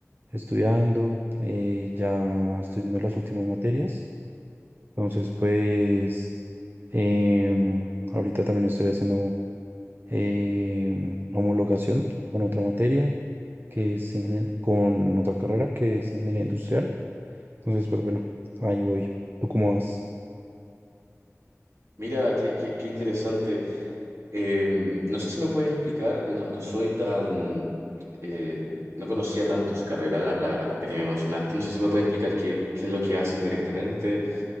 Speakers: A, on the right; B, on the right.
A: estudiando, eh, ya estoy viendo las últimas materias, entonces pues... Em, ahorita también estoy haciendo em, homologación con otra materia que es ingenier- con otra carrera que es ingeniería industrial. Entonces, pues bueno, ahí voy. ¿Tú cómo vas?
B: Mira, qué, qué- qué interesante. Em, no sé si me puedes explicar, eh, no, no soy tan... eh, no conocía tanto esa carrera, la, la- la que me mencionaste. No sé si me puedes explicar qué, qué es lo que hacen directamente.